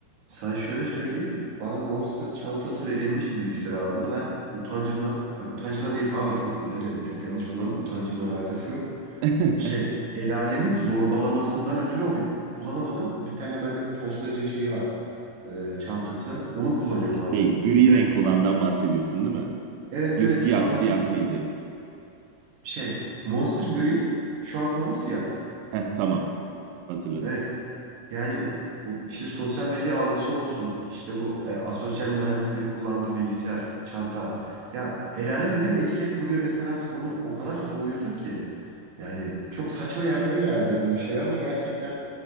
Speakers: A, on the right; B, on the right.
A: Sana şöyle söyleyeyim. Bana Monster çantası verilmişti bilgisayar aldığımda. Ben utancımdan, bak utancımdan değil pardon çok özür dilerim. Çok yanlış kullandım. Utancımla alakası yok.
B: <laughs>
A: Şey, el alemin zorbalamasından ötürü o bir, kullanamadım. Bir tane bende postacı şeyi var. e, çantası. Onu kullanıyorum
B: Şey
A: hala.
B: gri
A: Yani
B: renk olandan bahsediyorsun değil mi?
A: evet
B: Yo
A: evet
B: siyah
A: şu anda
B: siyah
A: işte
B: mıydı?
A: şey Monster gri şu an kulağım siyah.
B: Heh tamam hatırladım.
A: Evet yani o işte sosyal medya algısı olsun işte bu e, asosyal mühendislerin kullandığı bilgisayar çanta ya el alem öyle bir etiket vuruyor ve sen artık onu o kadar soğuyorsun ki yani çok saçma yerlere geldi bu şey ama gerçekten